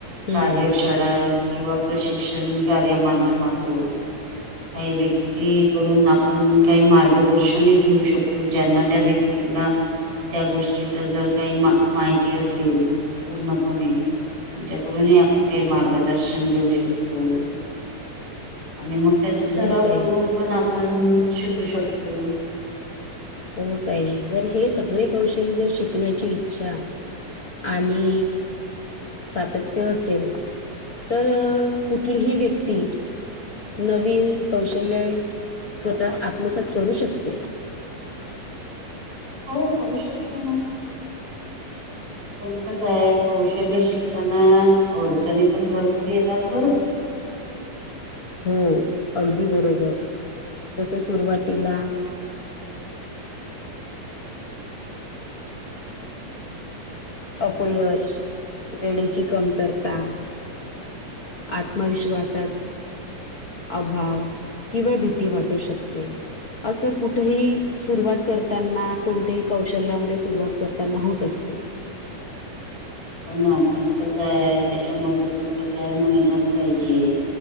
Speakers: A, on the left (about 65°); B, on the right (about 60°).
A: हं.
B: कार्यशाळा किंवा प्रशिक्षण कार्यमाध्यमातून, काही वेग क्तीकडून आपण काही मार्गदर्शनही घेऊ शकतो. ज्यांना त्या व्यक्तींना त्या गोष्टीच जर काही माहिती असेल पूर्णपणे त्यांच्याकडूनही आपण काही मार्गदर्शन घेऊ शकतो. आणि मग त्याचा सराव
A: हो ताई.
B: करून पण आपण शिकू शकतो.
A: हो ताई. जर हे सगळे कौशल्य जर शिकण्याची इच्छा आणि सातत्य असेल, तर कुठलीही व्यक्ती नवीन कौशल्य स्वतःत आत्मसात करू शकते.
B: हो करू शकते ना.
A: <inaudible>
B: पण कसं आहे, कौशल्य शिकताना अडचणी पण भरपूर येतात बरं.
A: हो, अगदी बरोबर जस सुरुवातीला अपयश वेळेची कमतरता आत्मविश्वासात अभाव किंवा भीती वाटू शकते. असं कुठेही सुरुवात करताना कोणत्याही कौशल्यामध्ये सुरुवात करताना होत असते.
B: हो ना पण कसंये त्याच्यामध्ये पण कसंये मेहनत पाहिजे.